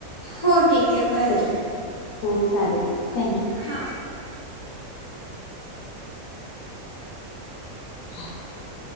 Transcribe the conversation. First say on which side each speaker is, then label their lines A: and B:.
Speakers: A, on the left; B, on the left.
A: हो ठीक आहे बर.
B: ठीक आहे हो चालेल थँक्यू.
A: हा.
B: <inaudible>